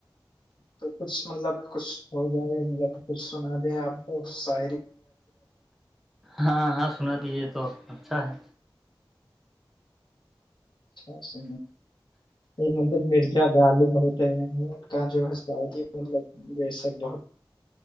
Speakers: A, on the left; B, in the centre.
A: تو کچھ مطلب کچھ ہو جائے مطلب کچھ سنا دیں آپ اسا
B: ہاں ہاں سنا دیجیے تو اچھا ہے
A: اچھا یہ مطلب مرچا ڈال بہت ہے کا جو ہے سد یہ مطلب وہ سک بہت